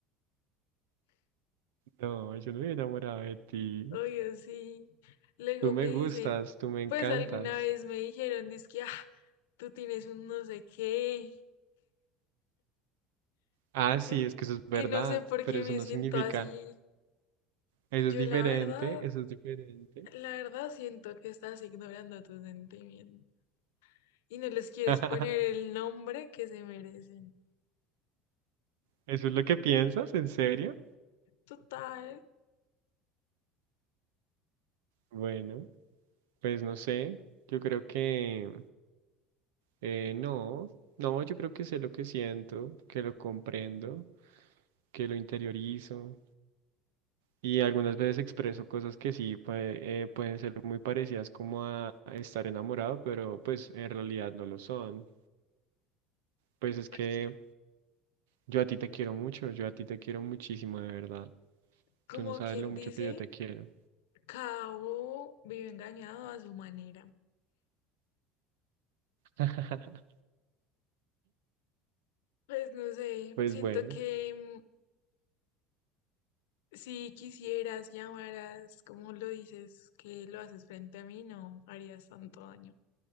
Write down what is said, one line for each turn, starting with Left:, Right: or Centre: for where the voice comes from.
Right: No, yo no me he enamorado de ti.
Left: Obvio, sí. Luego
Right: Tú me
Left: me dicen,
Right: gustas, tú me encantas.
Left: pues alguna vez me dijeron, dizque, ah, tú tienes un no sé qué,
Right: Ah, sí,
Left: que
Right: es que eso es verdad.
Left: que no sé por
Right: Pero
Left: qué
Right: eso
Left: me
Right: no
Left: siento
Right: significa.
Left: así.
Right: Eso
Left: Yo
Right: es diferente,
Left: la verdad,
Right: eso es diferente.
Left: la verdad siento que estás ignorando tus sentimientos y no les quieres
Right: <laughs>
Left: poner el nombre que se merecen.
Right: ¿Eso es lo que piensas? ¿En serio?
Left: Total,
Right: Bueno. Pues no sé, yo creo que eh, no, no, yo creo que sé lo que siento, que lo comprendo, que lo interiorizo y algunas veces expreso cosas que sí puede- eh, pueden ser muy parecidas como a a estar enamorado, pero pues en realidad no lo son. Pues es
Left: Pues
Right: que yo a ti te quiero mucho, yo a ti te quiero muchísimo, de verdad.
Left: como
Right: Tú no sabes
Left: quien
Right: lo mucho
Left: dice,
Right: que yo te quiero.
Left: cada bobo vive engañado a su manera.
Right: <laughs>
Left: Pues no sé,
Right: Pues
Left: siento
Right: bueno,
Left: que mm, si quisieras y amaras, como lo dices, que lo haces frente a mí, no harías tanto daño.